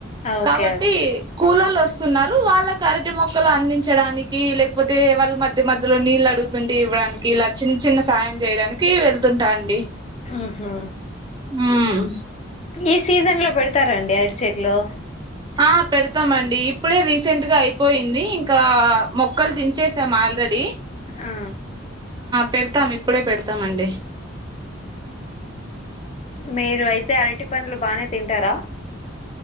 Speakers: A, on the left; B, on the right.
A: ఓకే
B: కాబట్టి
A: ఓకే
B: కూలొల్లు వస్తా తున్నారు వాళ్ళకు అరటి మొక్కలు అందించడానికి లేకపోతే వాళ్ళ మధ్య మధ్యలో నీళ్ళు అడుగుతుంటే ఇవ్వ డానికి ఇలా చిన్న చిన్న సాయం చేయడానికి వెళ్తుంటా అండి
A: మ్ హు
B: మ్మ్
A: ఈ సీజన్ లో పెడతారండి అరటి చెట్లో
B: ఆ పెడతామండి ఇప్పుడే రీసెంట్ గా అయిపోయింది ఇంకా మొక్కలు దించేసాం మల్ రెడీ
A: ఆ
B: పెడతాం ఇప్పుడే పెడతామండి
A: మీరు అయితే అరటి పండ్లు బానే తింటారా